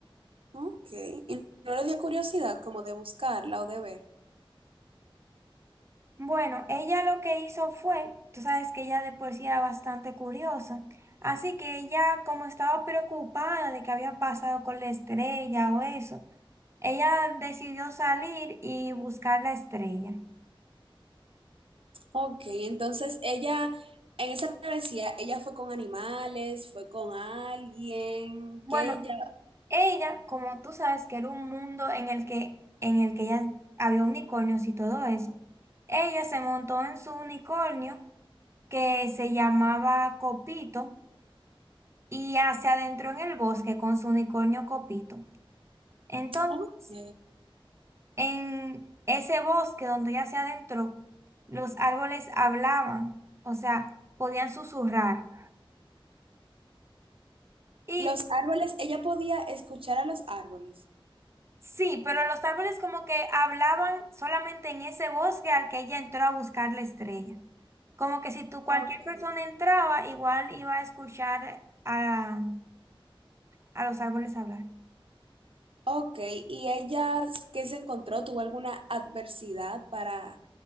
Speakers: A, on the right; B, on the right.
A: Ok. ¿Y no le dio curiosidad como de buscarla o de ver?
B: Bueno, ella lo que hizo fue, tú sabes que ella de por sí era bastante curiosa, así que ella como estaba preocupada de qué había pasado con la estrella o eso, Ella decidió salir y buscar la estrella.
A: Ok, entonces ella, en esa travesía, ella fue con animales, fue con alguien,
B: Bueno,
A: que ella,
B: ella, como tú sabes, que era un mundo en el que, en el que ya había unicornios y todo eso. Ella se montó en su unicornio que se llamaba Copito y ah, se adentró en el bosque con su unicornio Copito. Entonces,
A: ok.
B: en ese bosque donde ella se adentró, los árboles hablaban, o sea, podían susurrar. Y
A: Los árboles, ella podía escuchar a los árboles.
B: Sí, pero los árboles como que hablaban solamente en ese bosque al que ella entró a buscar la estrella. Como que si tú cualquier
A: Ok.
B: persona entraba, igual iba a escuchar a, a los árboles hablar.
A: Ok, ¿y ella qué se encontró? ¿Tuvo alguna adversidad para,